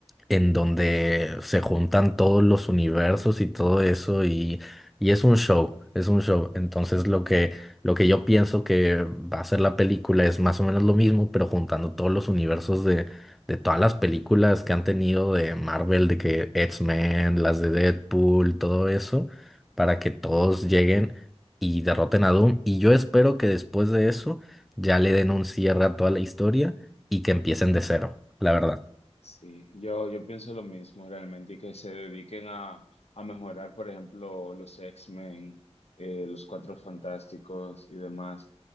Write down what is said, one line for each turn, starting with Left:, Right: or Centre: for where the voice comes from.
Centre: en donde se juntan todos los universos y todo eso, y, y es un show, es un show. Entonces lo que, lo que yo pienso que va a ser la película es más o menos lo mismo, pero juntando todos los universos de todas las películas que han tenido de Marvel, de que X-Men, las de Deadpool, todo eso, para que todos lleguen y derroten a Doom. Y yo espero que después de eso ya le den un cierre a toda la historia y que empiecen de cero, la verdad.
Left: Sí, yo, yo pienso lo mismo realmente y que se dediquen a, a mejorar, por ejemplo, los X-Men, eh, los Cuatro Fantásticos y demás,